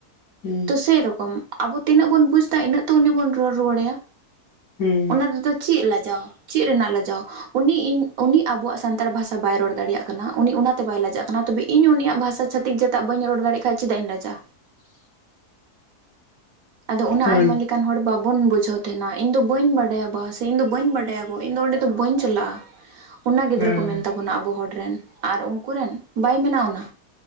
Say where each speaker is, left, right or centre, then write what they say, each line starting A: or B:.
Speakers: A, on the left (about 70°); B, on the right (about 65°).
A: ᱦᱩᱸ
B: ᱛᱚ ᱥᱮᱨᱚᱠᱚᱢ ᱟᱵᱚ ᱛᱤᱱᱟᱹᱜ ᱵᱩᱡᱽ ᱮᱫᱟ ᱤᱱᱟᱹᱜᱚ ᱩᱱᱤ ᱵ ᱨᱚᱲ ᱨᱩᱟᱹᱲᱟᱭᱟ᱾
A: ᱦᱮᱸ
B: ᱚᱱᱟ ᱨᱮᱫᱚ ᱪᱮᱫ ᱞᱟᱡᱟᱣ ᱪᱮᱫ ᱨᱮᱱᱟᱜ ᱞᱟᱡᱟᱣ? ᱩᱱᱤ ᱤᱧ ᱩᱱᱤ ᱟᱵᱚᱣᱟᱜ ᱥᱟᱱᱛᱟᱲ ᱵᱷᱟᱥᱟ ᱵᱟᱭ ᱨᱚᱲ ᱫᱟᱲᱮᱭᱟᱜ ᱠᱟᱱᱟ, ᱩᱱᱤ ᱚᱱᱟᱛᱮ ᱵᱟᱭ ᱞᱟᱡᱟᱜ ᱠᱟᱱᱟ᱾ ᱛᱚᱵᱮ ᱤ ᱤᱧ ᱩᱱᱤᱭᱟᱜ ᱵᱷᱟᱥᱟ ᱪᱷᱛᱤᱠ ᱡᱟᱛᱟᱜ ᱵᱟᱹᱧ ᱨᱚᱲ ᱫᱟᱲᱮᱜ ᱠᱷᱟᱱ ᱪᱮᱫᱟᱜ ᱤᱧ ᱞᱟᱡᱟ ᱟᱫᱚ ᱚᱱᱟ
A: ᱦᱳᱭ
B: ᱟᱭᱢᱟ ᱞᱮᱠ ᱮᱠᱟᱱ ᱦᱚᱲ ᱵᱟᱵᱚᱱ ᱵᱩᱡᱷᱟᱹᱣ ᱛᱟᱦᱮᱱᱟ ᱤᱧ ᱫᱚ ᱵᱟᱹᱧ ᱵᱟᱰᱟᱭᱟ ᱵᱟ ᱥᱮ ᱤᱧ ᱫᱚ ᱵᱟᱹᱧ ᱵᱟᱰᱟᱭᱟ ᱜᱚ ᱤᱧ ᱫᱚ ᱚᱸᱰᱮ ᱫᱚ ᱵᱟᱹᱧ ᱪᱟᱞᱟᱜᱼᱟ᱾
A: <inaudible>
B: ᱚᱱᱟ ᱜᱤᱫᱽᱨᱟᱹ
A: ᱦᱮᱸ
B: ᱠᱚ ᱢᱮᱱ ᱛᱟᱵᱚᱱᱟ ᱟᱵᱚ ᱦᱚᱲ ᱨᱮᱱ ᱟᱨ ᱩᱱᱠᱮᱱ ᱵᱟᱭ ᱢᱮᱱᱟᱜ ᱚᱱᱟ᱾